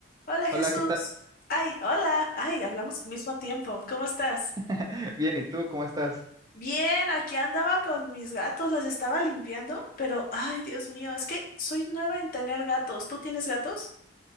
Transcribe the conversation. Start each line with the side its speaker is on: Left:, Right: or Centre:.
Left: Hola Jesús.
Right: Hola, ¿qué tal?
Left: Ay, hola. Ay, hablamos al mismo tiempo. ¿Cómo estás?
Right: <laughs> Bien, ¿y tú cómo estás?
Left: Bien, aquí andaba con mis gatos, los estaba limpiando, pero ay, Dios mío, es que soy nueva en tener gatos. ¿Tú tienes gatos?